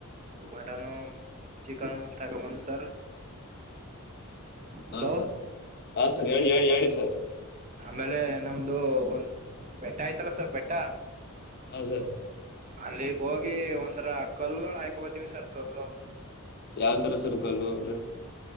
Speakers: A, on the right (about 35°); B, on the left (about 50°).
A: ಮಟನು ಚಿಕನ್ ತಕೊಬಂದ್ ಸರ್.
B: ಹಾ
A: ಹಲೋ
B: ಸರ್ ಹಾ ಸರ್ ಹೇಳಿ ಹೇಳಿ ಹೇಳಿ ಸರ್.
A: ಆಮೇಲೆ ನಮ್ದು ಒಂದು್ ಬೆಟ್ಟ ಆಯ್ತಲ್ಲ ಸರ್ ಬೆಟ್ಟ
B: ಹ ಸರ್
A: ಅಲ್ಲಿಗ್ ಹೋಗಿ ಒಂಥರ ಕಲ್ಗಳ ಆಯ್ಕೊಬತಿವಿ ಸರ್ ಕಲ್ಗಳ.
B: ಯಾವ್ ತರ ಸರ್ ಕಲ್ಲು ಅಂದ್ರೆ